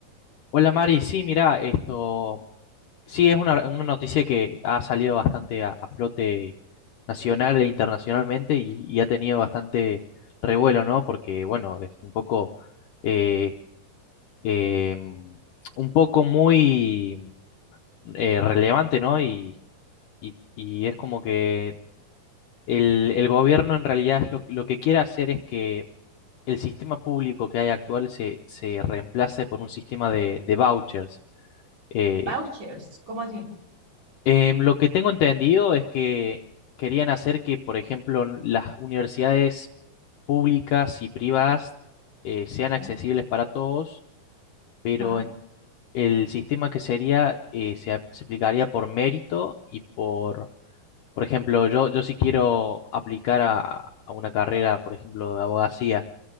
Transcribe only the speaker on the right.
Vouchers, ¿cómo así?
Ah.
Ajá.